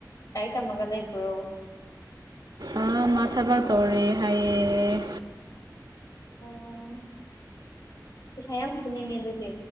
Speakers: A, on the left (about 55°); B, on the right (about 75°).
A: ꯂꯥꯏꯔꯤꯛ ꯇꯝꯃꯒ ꯂꯩꯕ꯭ꯔꯣ
B: ꯑ ꯃꯥ ꯊꯕꯥꯛ ꯇꯧꯔꯤ ꯍꯥꯏꯌꯦꯦ
A: ꯑꯣ ꯄꯩꯁꯥ ꯌꯥꯝ ꯄꯨꯅꯤꯡꯉꯦ ꯑꯗꯨꯗꯤ